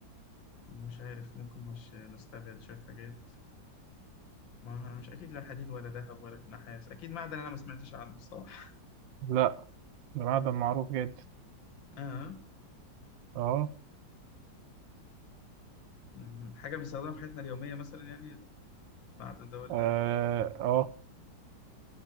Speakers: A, on the left (about 75°); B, on the right (about 75°).
A: آه، مش عارف ممكن مش نستبعد شوية حاجات ما مش أكيد لا حديد ولا ذهب ولا نحاس أكيد معدن أنا ما سمعتش عنه صح
B: لا ده معدن معروف جدا
A: <laughs> آه.
B: اه
A: مم، حاجة بنستخدمها في حياتنا اليومية مثلا يعني بعد ده ولا
B: اه آه،